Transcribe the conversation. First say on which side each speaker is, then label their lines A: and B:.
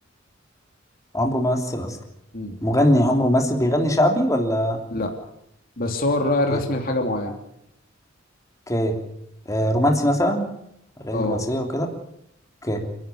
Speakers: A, on the left; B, on the left.
A: عمره ما مثل اصلا
B: مم.
A: مغني عمره ما مثل بيغني شعبي ولا
B: لا بس هو الراعي الرسمي
A: بيغني
B: لحاجة معينة
A: اوكي آه رومانسي مثلا اغاني
B: اه
A: رومانسية وكده اوكي